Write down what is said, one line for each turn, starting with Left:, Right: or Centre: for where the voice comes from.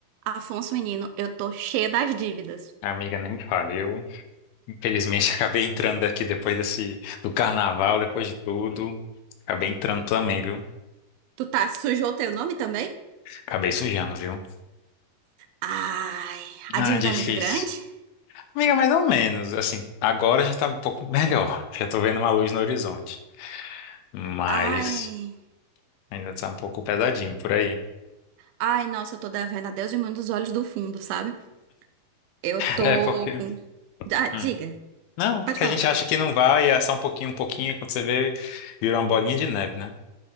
Right: Afonso, menino, eu tô cheia das dívidas.
Left: Amiga, nem me fale. Eu, infelizmente, <laughs> acabei entrando aqui depois desse, do carnaval, depois de tudo. Acabei entrando também, viu?
Right: Tu tá sujou teu nome também?
Left: Acabei sujando, viu?
Right: Ai, a
Left: Ah,
Right: dívida
Left: difícil.
Right: é muito grande?
Left: Amiga, mais ou menos. Assim, agora já tá um pouco melhor. Já tô vendo uma luz no horizonte. Mas
Right: Ai,
Left: ainda tá um pouco pesadinho por aí.
Right: ai, nossa, eu tô devendo a Deus e mundo dos olhos do fundo, sabe? Eu tô
Left: É, porque.
Right: com. Ah, diga,
Left: hum. Não,
Right: pode
Left: porque
Right: falar.
Left: a gente acha que não vai, e é só um pouquinho, um pouquinho, quando você vê, virou uma bolinha de neve, né?